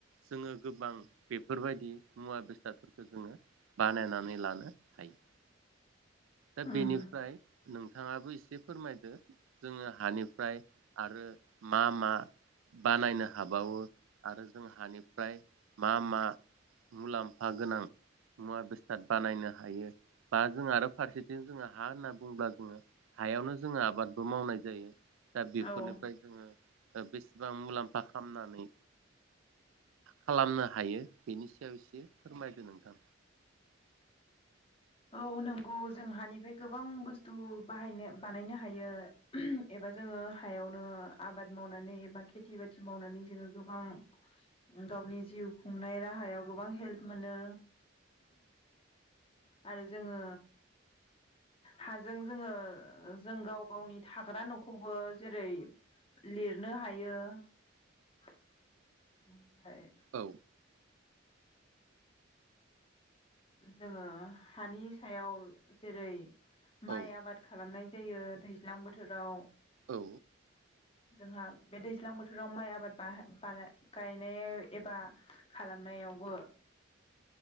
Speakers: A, on the right; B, on the left.
A: जोङो गोबां बेफोरबायदि मुवा बेसादफोरखौ जोङो बानायनानै लानो हायो। दा
B: उम
A: बेनिफ्राय नोंथाङाबो एसे फोरमायदो। जोङो हानिफ्राय आरो मा मा? बानायनो हाबावो आरो जों हानिफ्राय मा मा? मुलाम्फा गोनां मुवा बेसाद बानायनो हायो बा जों आरो फारसेथिं जोङो हा होनना बुङोला जोङो हायावनो जोङो आबादबो मावनाय जायो‌। दा
B: औ
A: बेफोरनिफ्राय जोङो बेस गोबां मुलाम्फा खालामनानै खालामनो हायो। बेनि सायाव एसे फोरमायदो नोंथां।
B: औ नंगौ जों हानिफ्राय गोबां बुस्थु बाहायनो बानायनो हायो एबा जोङो हायावनो आबाद मावनानै एबा खेथि बाथि मावनानै जोङो गोबां गावनि जिउ खुंनाय राहायाव गोबां हेल्प मोनो। आरो जोङो हाजों जोङो जों गाव गावनि थाग्रा न'खौबो जेरै लिरनो हायो ओमफ्राय
A: औ।
B: जोङो हानि सायाव जेरै माइ
A: औ
B: आबाद खालामनाय जायो दैज्लां बोथोराव।
A: औ।
B: जोंहा बे दैज्लां बोथोराव माइ आबाद बा बा गायनाय एबा खालाम नायावबो